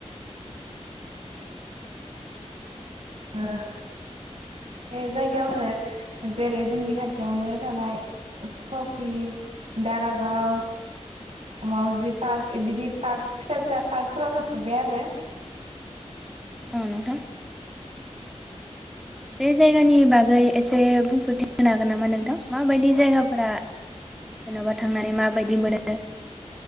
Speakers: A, on the right; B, in the centre.
A: ओ बे जायगायाव आरो जेरै जोंनि खाथियावनो थानाय सकि दारागाव मावउजि पार्क बिदि पार्क फिसा फिसा पार्कफोराव थांफेरबाय आरो।
B: औ नोंथां बे जायगानि बागै एसे बुंफोरथि होनो हागोन नामा नोंथां? माबायदि जायगा फोरा जेनबा थांनानै माबायदि मोनो?